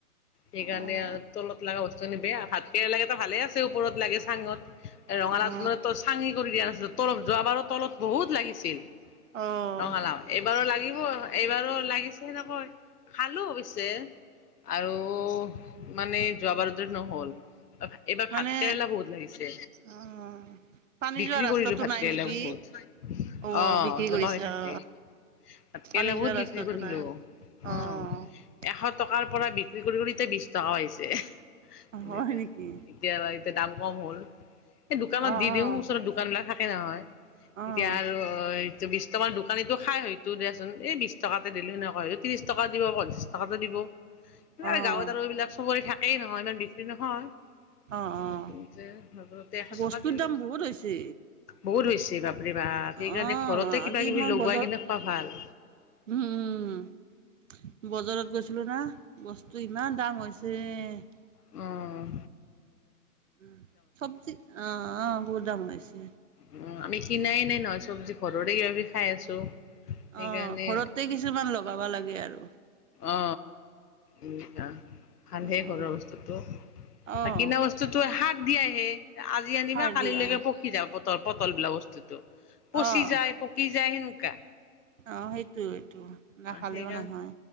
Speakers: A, on the left; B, on the right.
A: সেইকাৰণে
B: অ
A: আৰু তলত লগা বস্তুখিন বেয়া, ভাতকেৰেলা কেইটা ভালে আছে, ওপৰত লাগে চাঙত। ৰঙালাওটোৰত
B: অ
A: টো চাঙি কৰি দিয়া নাছিলো, তলত, যোৱাবাৰো তলত বহুত লাগিছিল।
B: অ অ
A: ৰঙালাও, এইবাৰো লাগিব নহয়। এইবাৰো লাগিছে সেনেকৈ, খালো অৱশ্যে। আৰু মানে যোৱা বাৰুতে নহ'ল। এইবাৰ
B: মানে
A: ভাতকেৰেলা বহুত লাগিছে।
B: অ পানী
A: বিক্ৰী
B: যোৱা ৰাস্তাটো
A: কৰিলো ভাত
B: নাই
A: কেৰেলা
B: নেকি
A: বহুত,
B: অ
A: অহ,
B: বিক্ৰী
A: জমা
B: কৰিছে
A: হৈ থাকে।
B: অ
A: ভাতকেৰেলা
B: পানী যোৱা
A: বহুত
B: ৰাস্তাটো
A: বিক্ৰী কৰিলো,
B: নাই
A: উঁহ।
B: অ
A: এশ টকাৰ পৰা বিক্ৰী কৰি, কৰি এতিয়া বিশ টকা বাঢ়িছে, এনেকাই।
B: হয় নেকি
A: এতিয়া, এতিয়া দাম কম হ'ল। সেই দোকানত
B: অ
A: দি, দিও
B: অ
A: ওচৰত দোকান বিলাক থাকে নহয়।
B: অঁ
A: এতিয়া আৰু হয়। এইটো বিশটামান দোকানীটো খাই হয়তো দেচোন, এই বিশ টকা এটা দিলে সেনেকুৱা হয়, ত্ৰিশ টকা দিব প। তাহাঁতে দিব,
B: অঁ
A: নাই গাঁৱত আৰু এইবিলাক চবৰে থাকেই নহয়, ইমান বিক্ৰী নহয়।
B: অ', অ',
A: নতুনতে এশ
B: বস্তুৰ
A: টকা দিলো
B: দাম বহুত হৈছে।
A: বহুত হৈছে বাপৰে বাহ,
B: অঁ
A: সেইকাৰণে ঘৰতে
B: আজি
A: কিবা-কিবি
B: মই
A: লগাই
B: বজাৰ
A: কিনে, খোৱা ভাল।
B: উম, উম বজাৰত গৈছিলো না, বস্তু ইমান দাম হৈছে। ৰেহ
A: উহ।
B: উহ, চবজি অ', অ', বহুত দাম হৈ আছে।
A: উম, আমি কিনাই নাই নহয় চবজি ঘৰৰে কিবা কিবি খাই আছো। সেইকাৰণে
B: অ, ঘৰতে কিছুমান লগাবা লাগে আৰু।
A: অ, উহ-আহ' ভালহে
B: অঁ
A: ঘৰৰ বস্তুটো,
B: অঁ
A: কিনা বস্তু। বস্তুতো হাক দিয়াহে, আজি আনিবা
B: সাৰ
A: কালিলৈকে
B: দিয়া
A: পকি যাব পটল-পটল বিলা বস্তুটো। পচি
B: অঁ
A: যায়, পকি যায়, সেনেকা।
B: অ, সেইটো এইটো নাখালেও
A: সেইকাৰণে
B: নহয়।